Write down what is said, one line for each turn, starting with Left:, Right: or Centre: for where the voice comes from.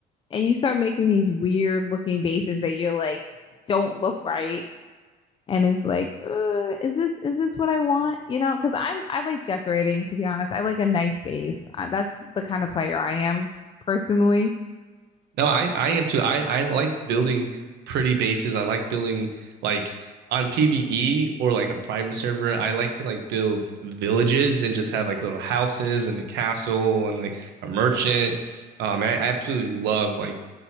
Left: and you start making these weird looking bases that you're like don't look right and it's like uh, is this is this what i want you know because i'm i like decorating to be honest i like a nice space uh, that's the kind of player i am personally
Right: No, I I am too. I I like building pretty bases. I like building like on PvE or like a private server. I like to like build villages and just have like little houses and a castle and like a merchant. Um, I absolutely love like